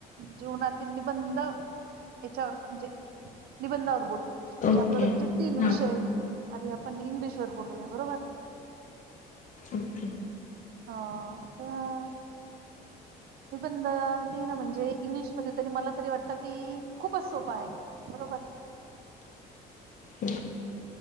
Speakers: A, on the right (about 65°); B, on the left (about 50°).
A: जीवनातील निबंध याच्यावर म्हणजे निबंधावर बोलू. म्हणजे
B: ओके
A: आपल्याला
B: हा
A: कसं तीन विषय आहेत. आधी आपण इंग्लिश वर बोलू. बरोबर.
B: ओके.
A: हा हु निबंध लिहिण म्हणजे इंग्लिशमध्ये तरी मला तरी वाटतं की खूपच सोपं आहे. बरोबर? ह <inaudible>
B: अ